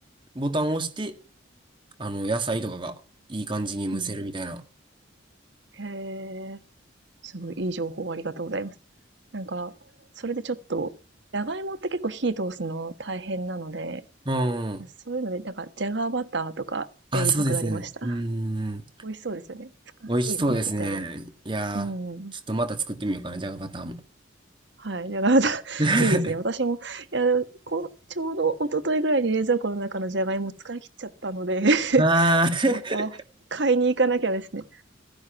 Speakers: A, on the right; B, on the right.
A: ボタンを押して、あの、野菜とかがいい感じに蒸せるみたいな。
B: うん。へえ、すごいいい情報ありがとうございます。なんか、それでちょっと、じゃがいもって結構火通すの大変なので、
A: うん。
B: そういうので、なんか、じゃがバターとかやりたくなりました。
A: あ、そうですね。うん。
B: 美味しそうですよね。ふかしいも、
A: 美味しそうですね。
B: みたいな。
A: いやー、
B: うん。
A: ちょっとまた作ってみようかな、じゃがバターも。
B: はい。じゃがバター、<laughs>
A: <laughs>
B: いいですね。私も、いや、こちょうど一昨日ぐらいに冷蔵庫の中のじゃがいも使い切っちゃったので
A: あー
B: <laughs> また買いに行かなきゃですね。